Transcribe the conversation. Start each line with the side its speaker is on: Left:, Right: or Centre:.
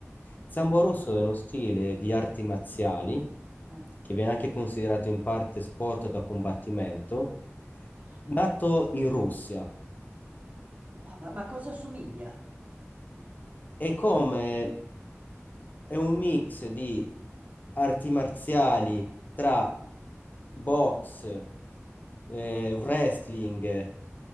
Left: Sambo russo è uno stile di arti marziali
Right: Eh,
Left: che viene anche considerato in parte sport da combattimento,
Right: ah, sì.
Left: nato in Russia.
Right: Ma, va- ma cosa somiglia?
Left: è come è un mix di arti marziali tra box, eh, wrestling